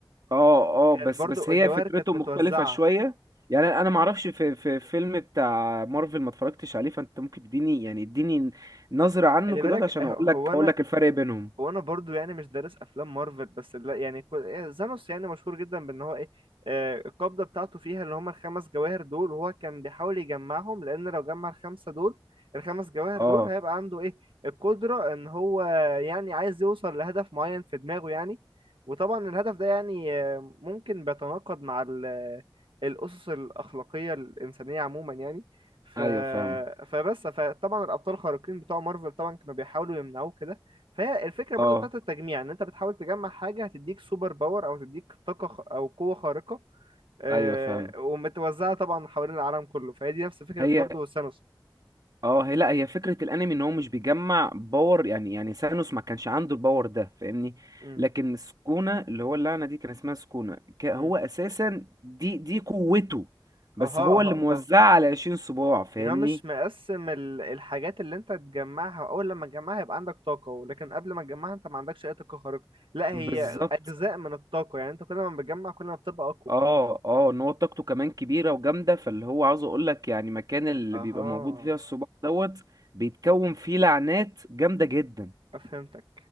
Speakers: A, on the right; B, on the right.
A: اه
B: كانت
A: اه بس
B: برضو
A: بس هي
B: الجواهر
A: فكرته
B: كانت متوزعة
A: مختلفة شوية يعني انا ما اعرفش في في فيلم بتاع مارفل ما اتفرجتش عليه فانت ممكن تديني يعني اديني نظرة عنه
B: خلي
A: كده
B: بالك
A: عشان
B: آه،
A: اقول
B: هو
A: لك اقول
B: أنا
A: لك الفرق بينهم
B: هو انا برضو يعني مش دارس افلام مارفل بس لا يعني كو- إيه، زانوس يعني مشهور جدا بان هو ايه آه، القبضه بتاعته فيها اللي هم الخمس جواهر دول وهو كان بيحاول يجمعهم لان لو جمع الخمسه دول الخمس جواهر
A: اه
B: دول هيبقى عنده ايه القدره ان هو يعني عايز يوصل لهدف معين في دماغه يعني وطبعا الهدف ده يعني آه، ممكن بيتناقض مع ال- الاسس الاخلاقيه الانسانيه عموما يعني ف...
A: ايوه فاهمك
B: فبس فطبعا الابطال الخارقين بتوع مارفل طبعا كانوا بيحاولوا يمنعوه كده فهي الفكرة برضو
A: اه
B: بتاعت التجميع ان انت بتحاول تجمع حاجة هتديك سوبر باور او تديك طاقة خ- او قوة خارقة آه،
A: ايوه فاهمك
B: ومتوزعة طبعا حوالين العالم كله فهي دي نفس فكرة
A: هي
B: برضو ثانوس
A: اه هي لا هي فكرة الانمي ان هو مش بيجمع باور يعني يعني سانوس ما كانش عنده الباور ده فاهمني
B: امم
A: لكن سكونة اللي هو اللعنة دي كان اسمها سكونة ك- هو
B: امم
A: اساسا دي دي قوته بس
B: اها
A: هو
B: اها
A: اللي
B: اها
A: موزعها على 20 صباع فاهمني
B: يعني هو مش مقسم ال- الحاجات اللي انت تجمعها اول لما تجمعها يبقى عندك طاقة ولكن قبل ما تجمعها انت ما عندكش اي طاقة خارقة لا هي
A: بالظبط
B: اجزاء من الطاقة يعني انت كل ما بتجمع كل ما بتبقى اقوى
A: اه اه ان هو طاقته كمان كبيرة وجامدة فاللي هو عاوز اقول لك يعني مكان اللي
B: اها
A: بيبقى موجود فيها الصباع دوت بيتكون فيه لعنات جامدة جدا
B: فهمتك